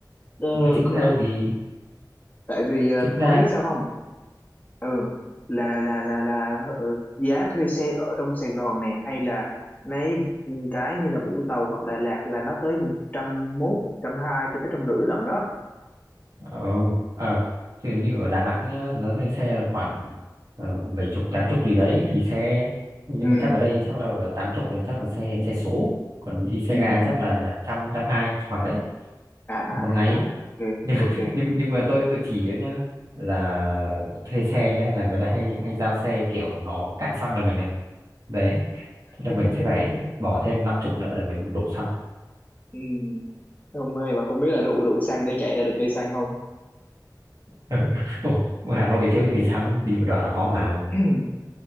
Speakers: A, on the left; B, on the right.
A: ờ,
B: nhưng mà chính
A: ờ,
B: ra thì
A: tại vì ờ,
B: chính ra
A: ông biết sao không ừ là là là là ờ, giá thuê xe ở trong Sài Gòn này hay là mấy ừ, cái như là Vũng Tàu hoặc Đà Lạt là nó tới trăm mốt trăm hai cho tới trăm rưỡi lận đó
B: ờ ờ thì như ở Đà Nẵng nhá giá thuê xe là khoảng uh, bảy chục tám chục gì đấy tùy xe nhưng
A: ừ
B: mà chắc ở đây chắc là tám chục rồi chắc là xe xe số còn đi xe
A: ừ
B: ga
A: ừ
B: chắc là trăm trăm hai khoảng đấy
A: à
B: một
A: à à
B: ngày
A: à,
B: <laughs> ấy.
A: ok
B: nhưng mà-
A: ok
B: <laughs> nhưng nhưng mà tôi tôi chỉ cho nhá là thuê xe nhá là người ta hay hay giao xe kiểu nó cạn xăng là mình đấy đấy Thế là
A: <laughs>
B: mình sẽ phải bỏ thêm năm chục nữa để mình đổ xăng
A: ừ Không ơi, mà không biết là đủ đủ xăng để chạy ra được cây xăng không?
B: <laughs> Ồ, Hà Nội thiếu thì cái xăng đi một đoạn là có mà
A: <clears throat>